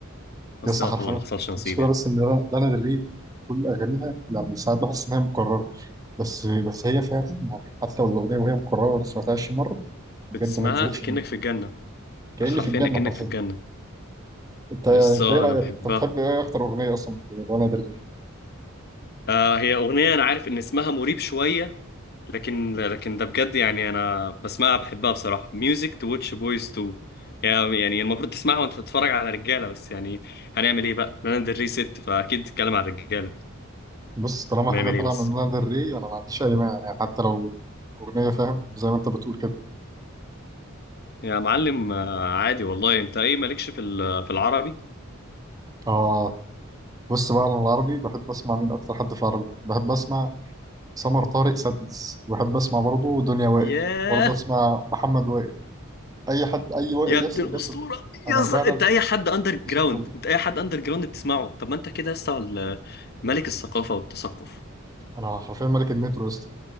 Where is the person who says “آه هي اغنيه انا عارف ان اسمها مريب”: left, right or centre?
Left